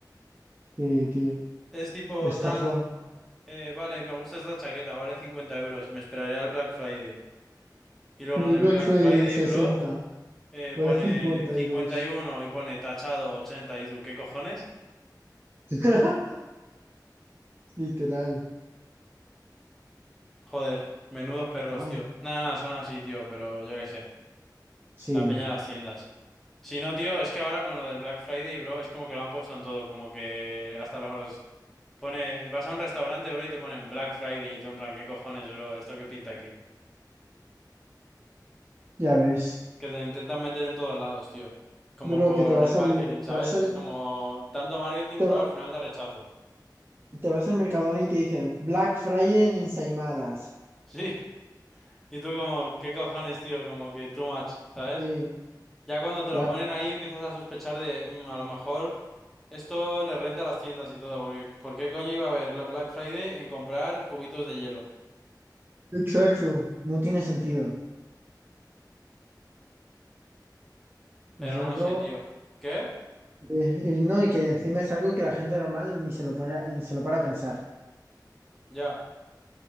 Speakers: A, on the right (about 30°); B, in the centre.
A: sí, tío,
B: Es tipo
A: estafón.
B: tal, eh, vale, me gusta esta chaqueta, vale 50 euros, me esperaré al Black Friday. Y luego
A: mi
B: en el
A: Black
B: Black
A: Friday
B: Friday,
A: 60
B: bro, eh,
A: vale
B: pone
A: 52
B: 51 y uno y pone tachado 80 y tú, ¿qué cojones?
A: <laughs> literal.
B: Joder, menudos perros,
A: Ay,
B: tío. Nada, nada, son así, tío, pero yo qué sé.
A: sí,
B: La peña de las tiendas. Si no, tío, es que ahora con lo del Black Friday, bro, es como que lo han puesto en todo, como que hasta los... Pone, vas a un restaurante, bro, y te ponen Black Friday y tú en plan, ¿qué cojones, bro? ¿Esto qué pinta aquí?
A: ya ves.
B: Que te lo intentan meter en todos lados, tío. Como
A: Bro,
B: por
A: que te vas
B: el marketing,
A: al,
B: ¿sabes?
A: te vas al,
B: Y es como, tanto marketing,
A: te
B: bro,
A: va-
B: al final da rechazo.
A: te vas al Mercadona y te dicen Black Friday en ensaimadas.
B: Sí. <laughs> Y tú como, ¿qué cojones, tío? Como que too much, ¿sabes?
A: Sí,
B: Ya cuando te
A: claro.
B: lo ponen ahí empiezas a sospechar de, "Mm, a lo mejor esto le renta a las tiendas y todo, porque ¿por qué coño iba a haber la Black Friday en comprar cubitos de hielo?
A: Exacto. No tiene sentido.
B: Pero
A: Es algo,
B: no sé, tío. ¿Qué?
A: eh, el no, y que encima es algo que la gente normal ni se lo pone, ni se lo para a pensar.
B: Ya.